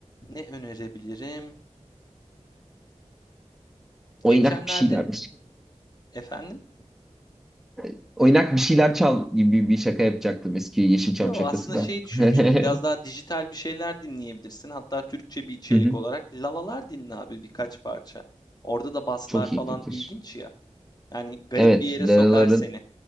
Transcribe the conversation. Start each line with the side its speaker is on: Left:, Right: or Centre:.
Left: Ne önerebilirim?
Centre: Oynak
Left: Geçenlerde
Centre: bir şeyler.
Left: efendim?
Centre: <laughs> Oynak bir şeyler çal gibi bir şaka yapacaktım eski Yeşilçam
Left: Yo
Centre: şakası
Left: aslında
Centre: da.
Left: şey düşünmüştüm
Centre: <laughs>
Left: biraz daha dijital bir şeyler dinleyebilirsin hatta Türkçe bir içerik
Centre: Hı hı.
Left: olarak lalalar dinle abi birkaç parça orada da baslar
Centre: Çok
Left: falan
Centre: iyi fikir.
Left: ilginç ya yani garip
Centre: Evet,
Left: bir yere
Centre: Leraların
Left: sokar seni